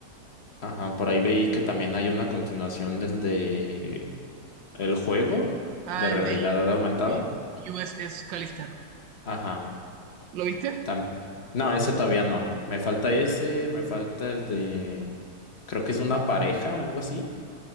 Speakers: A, on the left; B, on the right.
A: ajá, por ahí veí que también hay una continuación del de El juego
B: Ah,
A: de realidad
B: el de, el
A: aumentada.
B: de USS Callister.
A: Ajá.
B: ¿Lo viste?
A: tam- No, ese todavía no. Me falta ese, me falta el de... Creo que es una pareja, algo así.